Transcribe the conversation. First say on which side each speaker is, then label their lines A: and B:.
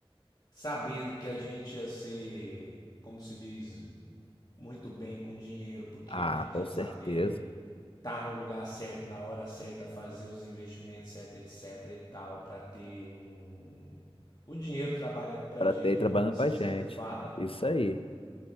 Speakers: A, on the left; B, on the left.
A: sabendo que a gente ia ser, como se diz, muito bem com dinheiro, porque
B: Ah,
A: a gente
B: com
A: ia
B: certeza.
A: saber estar no lugar certo, na hora certa, fazer os investimentos certos, etc e tal, para ter um, o dinheiro trabalhando pra
B: Para
A: gente,
B: ter trabalhando
A: como você
B: pra gente.
A: sempre fala
B: Isso aí.